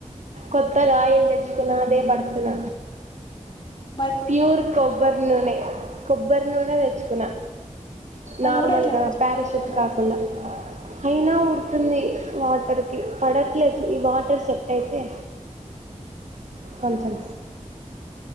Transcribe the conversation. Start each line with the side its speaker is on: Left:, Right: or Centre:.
Right: కొత్త రాయలు నచ్చుకున్నాదే భర్తున
Left: ఆ
Right: ప్యూర్ కొబ్బరి నూనె కొబ్బరి నూనె తెచ్చుకున్నా
Left: మరి
Right: నార్మల్గా
Left: ఊడట్లేదా జుట్టును
Right: పారాషూట్ కాకుండా అయినా ఉడుతుంది వాటర్కి పడట్లేదు ఈ వాటర్ సెట్ అయితే కొంచెం